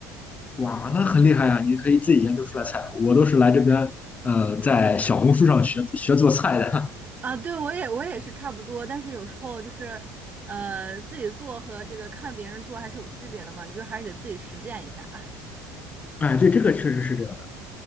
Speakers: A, on the left; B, on the right.
A: 哇，那很厉害呀，你可以自己研究出来菜。我都是来这边，呃，在小红书上学学做菜的。<laughs>
B: 啊，对我也我也是差不多，但是有时候就是呃自己做和这个看别人做还是有区别的嘛，你就还是得自己实践一下。<laughs>
A: 哎，对，这个确实是这样的。